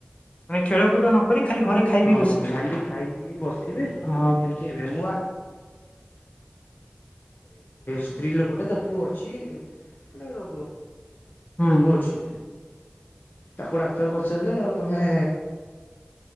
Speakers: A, on the left; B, on the left.
A: ଆମେ ଖେଳ କୂଦ ନ କରି ଖାଲି ଘରେ ଖାଇ ପିଇ
B: ହଁ
A: ବସିଲେ
B: ଖାଲି ଖାଇ ପି ବସିବେ ଏମିତି
A: ହଁ
B: ହେବେ ମୁଁ ସ୍ତ୍ରୀ ଲୋକଟେ ତାକୁ ଅଛି ଗଟେ ରୋଗ
A: ହୁଁ
B: ଗ ଅଛି। ତାକୁ ଡାକ୍ତର ପଚାରିଲେ ଆଉ ତମେ